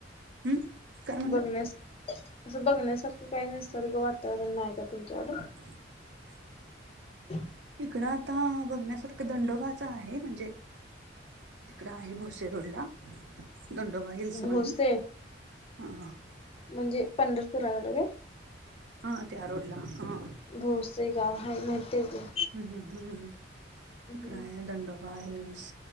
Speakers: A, on the right (about 70°); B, on the left (about 30°).
A: हम् काय म्हणलं
B: बघण्यास असं बघण्यास तस काही निसर्ग वातावरण नाही का तुमच्याकड.
A: <inaudible>
B: <inaudible>
A: इकडं आता बघण्यासारखं दंडोबाच आहे म्हणजे तिकडं आहे भोसे रोडला दंडोबा हिल्स
B: भोसे
A: म्हणून. ह
B: म्हणजे पंढरपूरा आडवे.
A: हा त्या रोडला हा.
B: भोसे गाव हाय माहीतीये गं.
A: हम्म हम्म हम्म हम्म. तिकडं
B: हम्म
A: आहे दंडोबा हिल्स